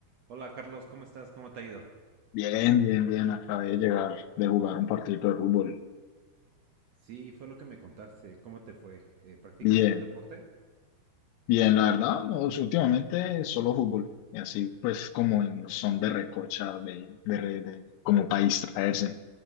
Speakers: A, on the right; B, on the left.
A: Hola Carlos, ¿cómo estás? ¿Cómo te ha ido?
B: Bien, bien, bien. Acabé de llegar de jugar un partido de fútbol.
A: Sí, fue lo que me contaste. ¿Cómo te fue? Eh, ¿practicas
B: Bien,
A: algún deporte?
B: bien, la verdad, no, es- últimamente solo fútbol. Y así pues como en son de recocha, de, de, re- de- como para distraerse.